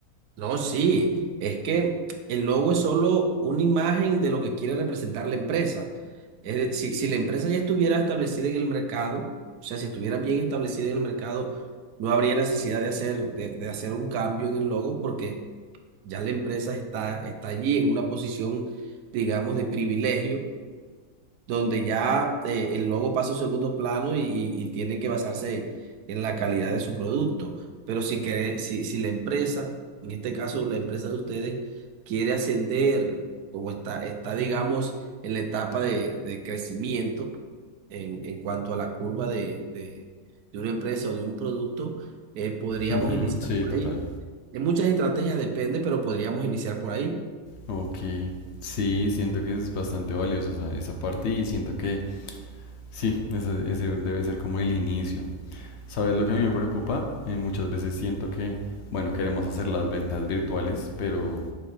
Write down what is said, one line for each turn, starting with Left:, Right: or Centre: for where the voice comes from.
Right: No, sí, es que el logo es solo una imagen de lo que quiere representar la empresa. Es de- si, si la empresa ya estuviera establecida en el mercado, o sea, si estuviera bien establecida en el mercado, no habría necesidad de hacer, de, de hacer un cambio en el logo porque ya la empresa está, está allí en una posición, digamos, de privilegio donde ya eh, el logo pasa a un segundo plano y, y- y tienen que basarse en la calidad de su producto. Pero si, quiere- si, si la empresa, en este caso la empresa de ustedes, quiere ascender, como está, está digamos, en la etapa de, de crecimiento en, en cuanto a la curva de, de- de una empresa o de un producto, eh, podríamos
Left: Ujú,
Right: iniciar
Left: Sí,
Right: por
Left: total.
Right: ahí. De muchas estrategias depende, pero podríamos iniciar por ahí.
Left: Ok. Sí, siento que es bastante valioso o sea, esa parte y siento que sí, ese, ese debe ser como el inicio. ¿Sabes lo que a mí me preocupa? Eh, muchas veces siento que, bueno, queremos hacer las ventas virtuales, pero